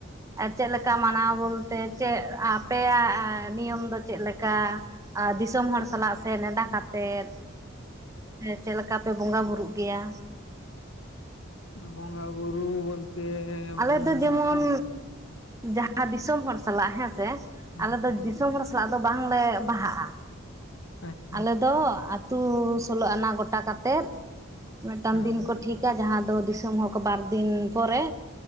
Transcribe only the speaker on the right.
ᱪᱮᱫ ᱞᱮᱠᱟ ᱢᱟᱱᱟᱣ ᱵᱚᱞᱛᱮ ᱪᱮᱫ ᱟᱯᱮᱭᱟᱜ ᱱᱤᱭᱚᱢ ᱫᱚ ᱪᱮᱜ ᱞᱮᱠᱟ? ᱫᱤᱥᱚᱢ ᱦᱚᱲ ᱥᱟᱞᱟᱜ ᱥᱮ ᱱᱮᱰᱟ ᱠᱟᱛᱮᱫ? ᱮᱱᱛᱮᱫ ᱪᱮᱫ ᱞᱮᱠᱟ ᱯᱮ ᱵᱚᱸᱜᱟ ᱵᱩᱨᱩᱜ ᱜᱮᱭᱟ?
ᱟᱞᱮ ᱫᱚ ᱡᱮᱢᱚᱱ
ᱡᱟᱦᱟᱸ ᱟᱨ ᱫᱤᱥᱚᱢ ᱦᱚᱲ ᱥᱟᱞᱟᱜ ᱦᱮᱸᱥᱮ,
ᱟᱞᱮ
ᱫᱚ
ᱫᱤᱥᱚᱢ ᱦᱚᱲ ᱥᱟᱞᱟᱜ ᱫᱚ ᱵᱟᱝᱞᱮ ᱵᱟᱦᱟᱜᱼᱟ,
ᱟᱞᱮ
ᱫᱚ ᱟᱛᱳ ᱟᱛᱩ ᱥᱳᱞᱳ ᱟᱱᱟ ᱜᱚᱴᱟ ᱠᱟᱛᱮᱜ ᱢᱤᱫᱴᱟᱝ
ᱫᱤᱱ
ᱠᱚ ᱴᱷᱤᱠ ᱠᱟ ᱡᱟᱦᱟᱸ ᱫᱚ ᱫᱤᱥᱚᱢ ᱦᱚᱲ ᱠᱚ ᱵᱟᱨ ᱫᱤᱱ ᱯᱚᱨᱮ